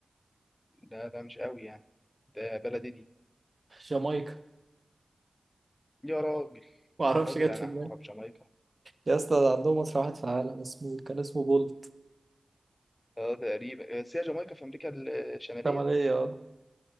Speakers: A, on the left; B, on the right.
A: ده ده مش قوي يعني ده بلدي دي
B: جامايكا
A: يا راجل
B: ما اعرفش
A: يا راجل
B: جت
A: انا
B: في
A: هعرف
B: دماغي
A: جامايكا
B: يا اسطى ده عندهم مصري واحد في العالم اسمه كان اسمه بولت
A: اه تقريبا بس هي جامايكا في امريكا الشماليه
B: شمالية اه